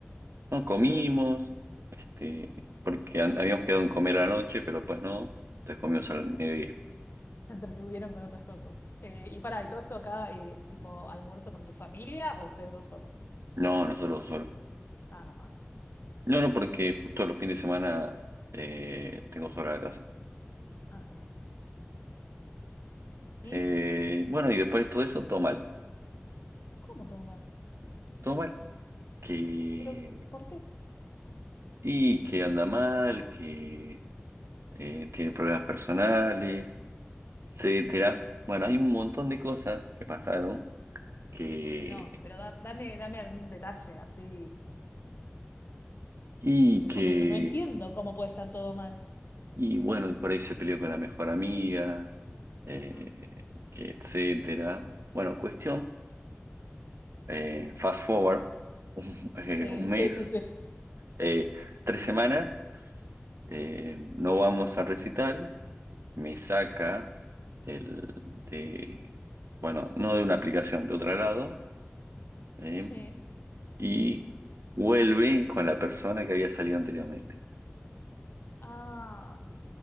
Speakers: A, on the right (about 65°); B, on the left (about 50°).
A: no comimos, este, porque an- habíamos quedado en comer a la noche, pero pues no, entonces comimos
B: Bueno,
A: al mediodía.
B: se entretuvieron con otras cosas. Eh, y para ¿y todo esto acá, eh, tipo almuerzo con tu familia o ustedes dos solos?
A: No, nosotros solos.
B: Ah,
A: No, no, porque justo los fines de semana eh, tengo sola la casa.
B: ah, bien. ¿Y
A: Eh, bueno, y después de todo eso, todo mal,
B: cómo todo mal?
A: todo mal, que,
B: ¿Pero por qué?
A: y que anda mal, que eh, tiene problemas personales, etcétera. Bueno, hay un montón de cosas que pasaron que,
B: No, pero da- dame, dame algún detalle así,
A: y
B: eh,
A: que
B: porque no, no entiendo cómo puede estar todo mal.
A: Y bueno, por ahí se peleó con la mejor amiga, eh,
B: Ajá.
A: que etcétera. Bueno, cuestión, eh, fast forward, eh,
B: Sí,
A: un mes,
B: sí, sí, sí.
A: eh, tres semanas, eh, no vamos a recital, me saca del, de, bueno, no de una aplicación, de otro lado, eh,
B: Sí.
A: y vuelve con la persona que había salido anteriormente.
B: Ah,